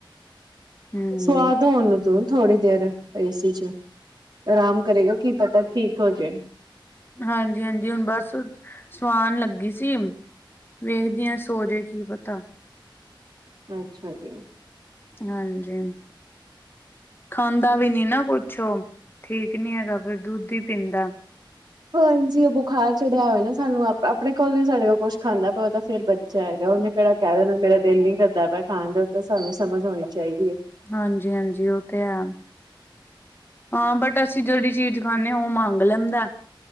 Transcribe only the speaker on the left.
ਹੂੰ।
ਹਾਂਜੀ-ਹਾਂਜੀ, ਹੁਣ ਬਸ ਸੁਵਾਣ ਲੱਗੀ ਸੀ। ਵੇਖਦੀਆਂ ਸੋਜੇ ਕੀ ਪਤਾ।
ਹਾਂਜੀ। ਖਾਂਦਾ ਵੀ ਨੀ ਨਾ ਕੁਛ ਓ ਠੀਕ ਨੀ ਹੈਗਾ ਫੇਰ ਦੁੱਧ ਈ ਪੀਂਦਾ।
ਹਾਂਜੀ-ਹਾਂਜੀ ਓ ਤੇ ਐ। ਹਾਂ ਬਟ ਅਸੀਂ ਜੇੜੀ ਚੀਜ਼ ਖਾਂਨੇ ਓ ਮੰਗ ਲੈਂਦਾ।